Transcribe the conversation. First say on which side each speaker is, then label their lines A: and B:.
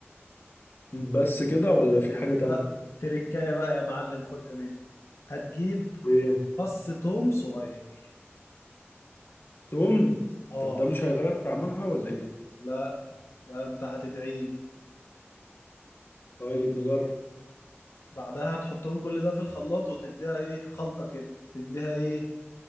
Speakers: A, on the left; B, on the left.
A: بس كده ولا في حاجة تانية
B: لا التركايه بقى يا معلم خدها مني هتجيب
A: ايه
B: فص توم صغير
A: توم
B: اه
A: طب ده مش هيغير طعمها ولا ايه
B: لا ده انت هتدعي لي
A: طيب نجرب
B: بعدها تحطهم كل ده في الخلاط وتديها ايه خلطة كده تديها ايه